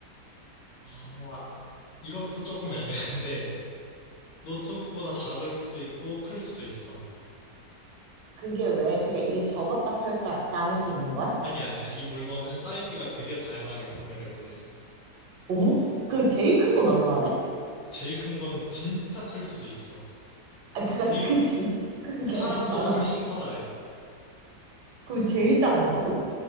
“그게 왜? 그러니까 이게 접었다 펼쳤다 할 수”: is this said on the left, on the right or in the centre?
Right